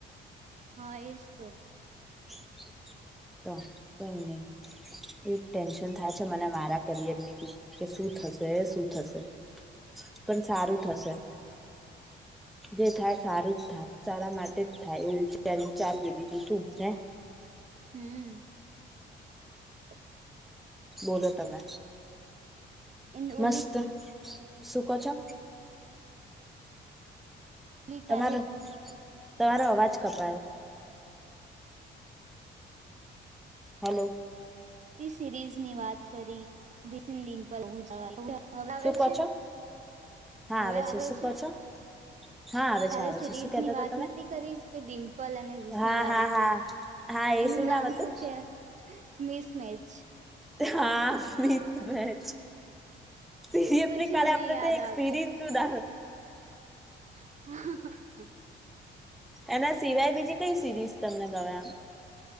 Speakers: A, on the right; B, in the centre.
A: હા એ જ તો.
B: <inaudible> તો કઈ નહી એ ટેન્શન થાય છે મને મારા કરિયર ની બી કે શું થશે શું થશે. પણ સારું થશે જે થાય સારું જ થાય સારા માટે થાય એવું છે્યારે ચા બીજું શું છે.
A: હમ. હ.
B: બોલ તમે
A: એન ઓલી
B: મસ્ત સુકો છો.
A: પેલી
B: તમારો
A: કાલે
B: તમારો અવાજ કપાયો. હલો.
A: સિરીઝ ની વાત કરીપ. <unintelligible> હવે
B: શું કહો
A: છે
B: છો હા
A: હવે આવે
B: શું
A: છે.
B: કહો છો હા આવે
A: હાલે
B: છે આવે
A: સિરીઝ
B: છે શું કેતા
A: ની
B: હતા
A: વાત
B: તમે
A: નથી કરીશ કે ડિમ્પલ અને રીસીિ
B: હા
A: વાળી
B: હા હા. હા એ
A: એનું નામ
B: હતું
A: શું છે મિસમેચ.
B: હા બી બે છે સિરિયસલી
A: પછી
B: કાલે
A: મને
B: આપડે
A: યાદ
B: તો એક સિરીઝ તુંધા.
A: આવ્યું
B: એના સિવાય બીજી કઈ સિરીઝ તમને ગમે આમ